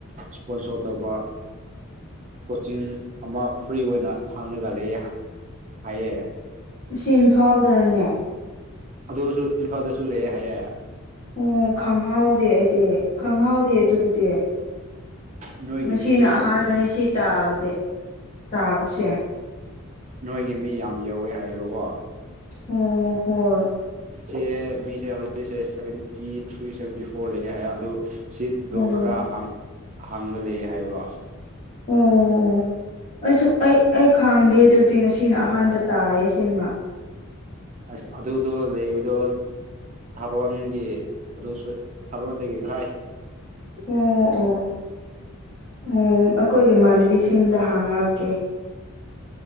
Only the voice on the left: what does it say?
ꯁꯤ ꯏꯝꯐꯥꯜꯗꯅꯦ
ꯑꯣ ꯈꯪꯍꯥꯎꯗꯦ ꯑꯩꯗꯤ ꯈꯪꯍꯥꯎꯗꯦ ꯑꯗꯨꯕꯨꯗꯤ
ꯉꯁꯤꯅ
ꯑꯍꯥꯟꯕꯅꯦ ꯁꯤ ꯇꯥꯕꯗꯤ ꯇꯥꯕꯁꯦ
ꯍ ꯍꯣꯏ
ꯑꯣ
ꯑꯣ ꯑꯣ ꯑꯩꯁꯨ ꯑꯩ ꯑꯩ ꯈꯪꯗꯦ ꯑꯗꯨꯕꯨꯗꯤ ꯉꯁꯤꯅ ꯑꯍꯥꯟꯕ ꯇꯥꯏꯌꯦ ꯁꯤꯃ
ꯑꯣ ꯑꯣ ꯑꯣ ꯑꯩꯈꯣꯏꯒꯤ ꯏꯃꯥꯟꯅꯕꯤꯁꯤꯡꯗ ꯍꯥꯡꯉꯛꯀꯦ